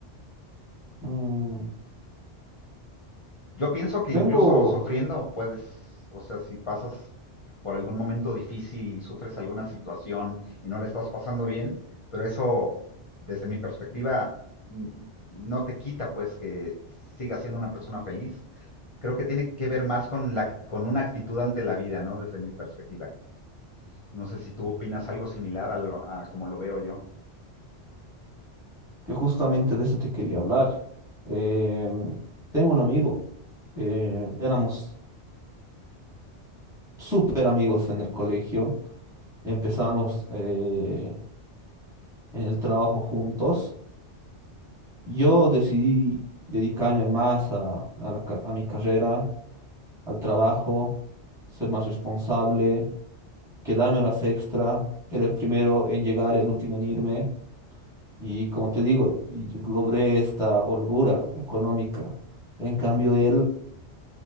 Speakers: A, in the centre; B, on the left.
A: Mm,
B: Yo pienso que incluso
A: tengo
B: sufriendo puedes, o sea, si pasas por algún momento difícil y sufres alguna situación y no la estás pasando bien, pero eso, desde mi perspectiva, no te quita pues que sigas siendo una persona feliz. creo que tiene que ver más con, la, con una actitud ante la vida, ¿no? Desde mi perspectiva. No sé si tú opinas algo similar a, lo, a como lo veo yo.
A: que justamente de eso te quería hablar. Em, tengo un amigo, eh, éramos súper amigos en el colegio, empezamos eh, en el trabajo juntos. Yo decidí dedicarme más a, a la ca- a mi carrera, al trabajo, ser más responsable quedarme a las extra, era el primero en llegar, el último en irme, y como te digo, y logré esta holgura económica. En cambio, él